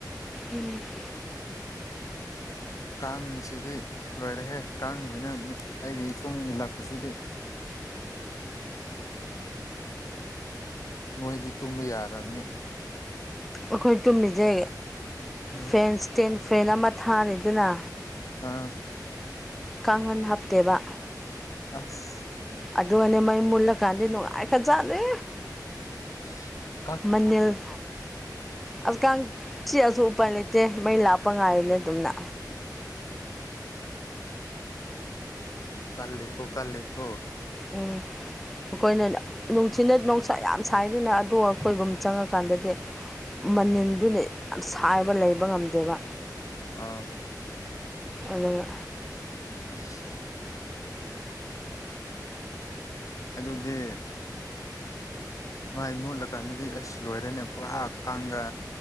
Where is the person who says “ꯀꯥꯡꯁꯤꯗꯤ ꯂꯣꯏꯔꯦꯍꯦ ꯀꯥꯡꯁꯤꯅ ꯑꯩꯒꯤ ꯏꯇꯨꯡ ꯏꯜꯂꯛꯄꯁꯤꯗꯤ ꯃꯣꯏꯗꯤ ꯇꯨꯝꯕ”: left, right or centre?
Left